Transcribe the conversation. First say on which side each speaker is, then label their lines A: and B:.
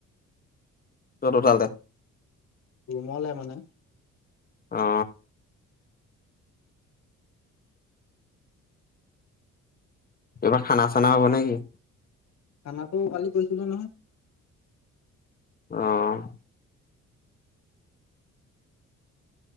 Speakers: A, on the left (about 30°); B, on the left (about 60°).
A: তত তালে।
B: ৰুমলে মানে।
A: অ। কিবা খানা চানা হ'ব নেকি?
B: খানটো কালি কৈছিলো নহয়।
A: অ '